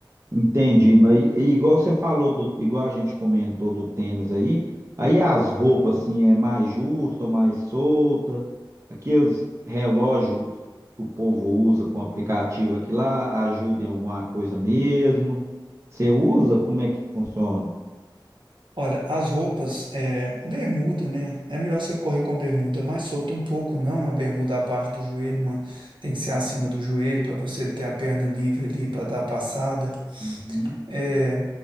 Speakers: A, on the right; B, on the right.
A: Entendi, mas e- igual você falou do, igual a gente comentou do tênis aí, aí as roupas assim é mais justa, mais solta, aqueles relógios que o povo usa com aplicativo aqui lá ajuda em alguma coisa mesmo. Você usa? Como é que funciona?
B: Olha, as roupas, é, bermuda, né? É melhor você correr com bermuda mais solta um pouco, não uma bermuda abaixo do joelho, uma tem que ser acima do joelho para você ter a perna livre ali para dar a passada.
A: Uhum.
B: É,